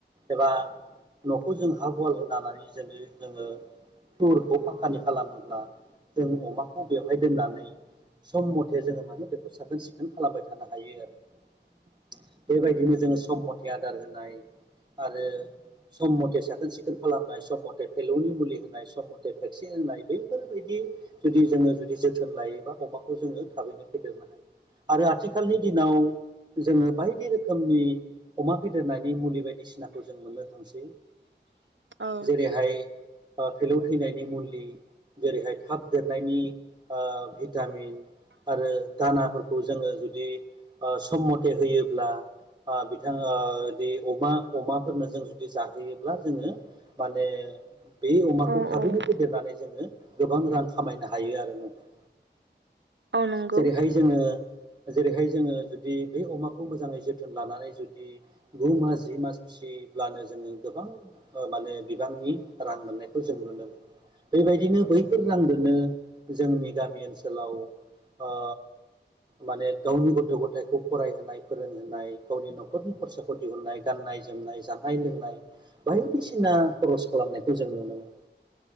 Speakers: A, on the right; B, on the right.
A: एबा न'खौ जों हा गुवाल होनानै जोङो जोङो फ्लरखौ फाखकानि खालामोब्ला जों अमाखौ बेवहाय दोननानै सम मथे जोङो माने बेखौ साखोन सिखोन खालामबाय थानो हायो आरो। बेबायदिनो जोङो सम मथे आदार होनाय आरो सम मथे साखोन सिखोन खालामनाय सम मथे फेलौनि मुलि होनाय सम मथे भेक्सिन होनाय बैफोरबायदि जुदि जोङो जुदि जोथोन लायोबा अमाखौ जोङो थाबैनो फेदेरनो हायो‌ आरो आथिखालनि दिनाव जोङो बायदि रोखोमनि अमा फेदेरनायनि मुलि बायदिसिनाखौ जों मोननो थांसै।
B: औ
A: जेरैहाय फा फेलौ थैनायनि मुलि जेरैहाय थाब देरनायनि ओ भिटामिन आरो दानाफोरखौ जोंङो जुदि ओ सम मथे होयोब्ला ओ बिथांङा दि अमा अमाफोरनो जों जुदि जाहोयोब्ला जोंङो माने बे अमाखौ
B: औ
A: थाबैनो
B: औ
A: फेदेरनानै जोंङो गोबां रां खामायनो हायो आरो नोंथां‌।
B: औ नंगौ
A: जेरैहाय जोंङो जेरैहाय जोंङो जुदि बे अमाखौ मोजांङै जोथोन लानानै जुदि गु मास जि मास फि सि ब्लानो जोंङो गोबां ओ माने बिबांनि रां मोननायखौ जों नुनो मोनो। बेबायदिनो बैफोर रांजोंनो जोंनि गामि ओनसोलाव ओ। माने गावनि गथ' गथायखौ फरायहोनाय फोरोंहोनाय गावनि न'खरनि खरसाफोर दिहुननाय गाननाय गाननाय जोमनाय जानाय लोंनाय बायदिसिना खरस खालामनायखौ जों नुनो मोनो।